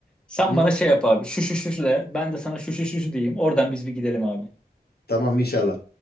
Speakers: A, in the centre; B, on the left (about 70°).
A: Sen
B: Hı hı.
A: bana şey yap abi. Şu şu şu şu de. Ben de sana şu şu şu şu diyeyim. Oradan biz bir gidelim abi.
B: Tamam inşallah.